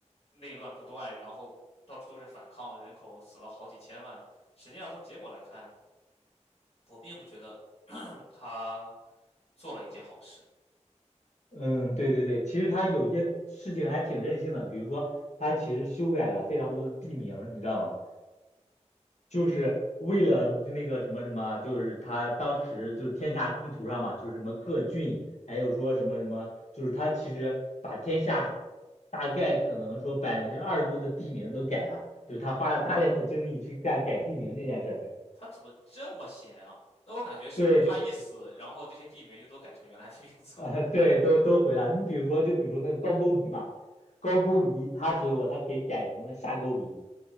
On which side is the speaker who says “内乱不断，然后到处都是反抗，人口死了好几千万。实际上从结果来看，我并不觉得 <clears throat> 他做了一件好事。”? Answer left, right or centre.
Left